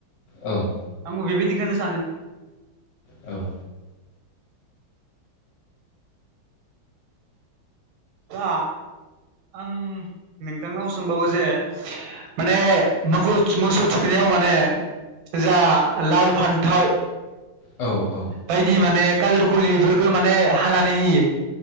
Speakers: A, on the left; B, on the right.
A: ओं
B: आं बेबायदिखोनो सानो
A: औ
B: दा आं नोंथांनाव सोंबावो जे माने मो मोसौ थुखैनायाव माने जा लाव फान्थाव
A: औ औ
B: बायदि माने काजर खलिफोरखौ माने हानानै होयो